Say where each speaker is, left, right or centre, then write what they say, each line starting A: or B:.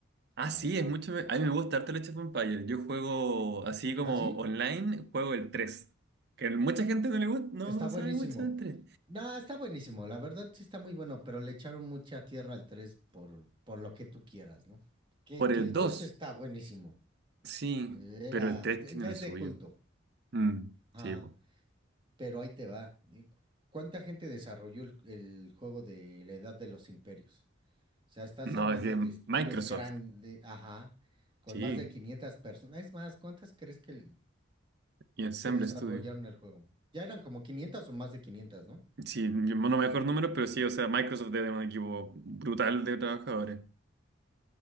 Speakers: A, on the right (about 55°); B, on the right (about 25°).
A: Ah,
B: la
A: sí,
B: verdad.
A: es mucho. me- A mí me gusta harto el Age of Empires. Yo juego así como
B: ¿Ah, sí?
A: online, juego el tres Que mucha gente no le gusta, no
B: Está buenísimo.
A: sabe mucho del tres
B: No, está buenísimo. La verdad sí está muy bueno, pero le echaron mucha tierra al 3 por, por lo que tú quieras, ¿no? Que,
A: Por
B: que
A: el
B: el
A: 2
B: 2 está buenísimo.
A: sí,
B: Era,
A: pero el 3
B: ya,
A: tiene
B: ya
A: lo
B: es
A: suyo.
B: de culto.
A: Mm,
B: Ajá,
A: sí, po.
B: pero ahí te va. ¿Y ¿Cuánta gente desarrolló el, el juego de la Edad de los Imperios? O sea, estás
A: No,
B: hablando
A: es de Microsoft,
B: de estudios grandes, ajá, con
A: sí,
B: más de 500 personas. Es más, ¿cuántas crees que,
A: y Ensemble
B: que desarrollaron
A: Studio.
B: el juego? Ya eran como 500 o más de 500, ¿no?
A: Sí, yo no me acuerdo números, pero sí, o sea, Microsoft debe tener un equipo brutal de trabajadores.